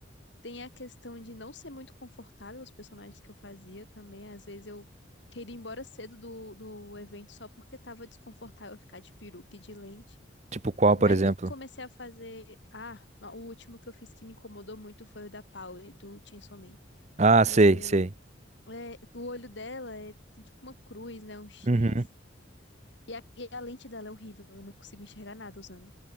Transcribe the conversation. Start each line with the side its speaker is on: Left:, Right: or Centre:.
Left: Tem a questão de não ser muito confortável os personagens que eu fazia também. Às vezes eu queria ir embora cedo do, do evento só porque tava desconfortável ficar de peruca e de lente.
Right: Tipo qual,
Left: Mas
Right: por exemplo?
Left: eu comecei a fazer. Ah, o último que eu fiz que me incomodou muito foi o da Power, do Chainsaw Man.
Right: Ah,
Left: O,
Right: sei, sei.
Left: é, o olho dela é, tem tipo uma cruz, né? Um X.
Right: Uhum.
Left: E a, e a lente dela é horrível. Eu não consigo enxergar nada usando.